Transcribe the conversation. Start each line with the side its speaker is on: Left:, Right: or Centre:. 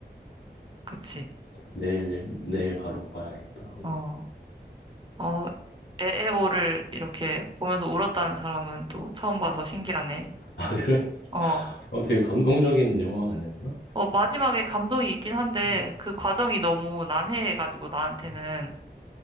Right: 그치?
Left: 내일, 내일 바로 봐야겠다. <laughs>
Right: 어, 어, 에에오를 이렇게 보면서 울었다는 사람은 또 처음 봐서 신기하네.
Left: 아, 그래?
Right: 어,
Left: 어, 되게 감동적인 영화 아니었나?
Right: 어, 마지막에 감동이 있긴 한데
Left: 어,
Right: 그 과정이 너무 난해해가지고 나한테는
Left: 음,